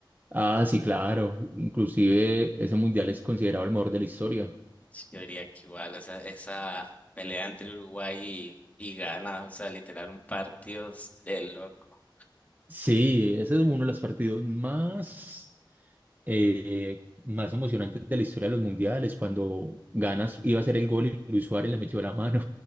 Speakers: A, on the right; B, on the left.
A: Ah, sí, claro. Inclusive ese mundial es considerado el mejor de la historia.
B: Sí, Yo diría que igual, o sea, esa pelea entre Uruguay y, y Ghana, o sea, literal un partido de loco.
A: Sí, ese es uno de los partidos más, eh, más emocionantes de la historia de los mundiales, cuando ganas, iba a ser el gol y Luis Suárez le metió la mano.